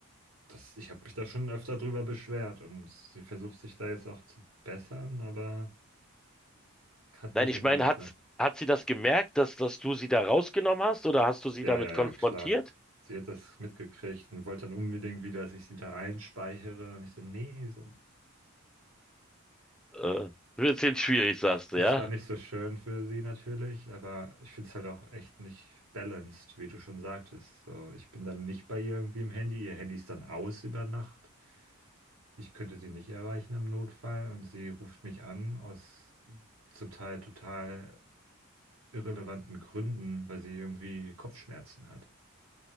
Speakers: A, on the right (about 70°); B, in the centre.
A: Das, ich habe mich da schon öfter drüber beschwert und sie versucht sich da jetzt auch zu bessern, aber hat
B: Nein,
A: nicht
B: ich
A: immer
B: meine,
A: geklappt.
B: hat, hat sie das gemerkt, dass, dass du sie da rausgenommen hast oder hast du sie
A: Ja,
B: damit
A: ja, ja,
B: konfrontiert?
A: klar. Sie hat das mitgekriegt und wollte dann unbedingt wieder, dass ich sie da einspeichere. Und ich so, nee, so.
B: Äh, wird jetzt schwierig, sagst
A: Das
B: du, ja?
A: war nicht so schön für sie natürlich, aber ich finde es halt auch echt nicht balanced, wie du schon sagtest. So, ich bin dann nicht bei ihr irgendwie im Handy, ihr Handy ist dann aus über Nacht. Ich könnte sie nicht erreichen im Notfall und sie ruft mich an aus zum Teil total irrelevanten Gründen, weil sie irgendwie Kopfschmerzen hat.